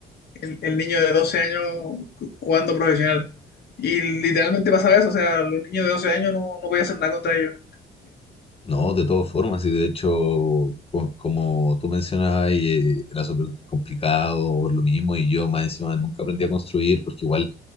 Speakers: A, on the left (about 55°); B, on the left (about 30°).
A: el, el niño de 12 años cu- jugando profesional. Y literalmente pasaba eso, o sea, los niños de 12 años no, no podía hacer nada contra ellos.
B: No, de todas formas, y de hecho, co- como tú mencionabas, ahí, eh, era súper complicado por lo mismo, y yo más encima nunca aprendí a construir, porque igual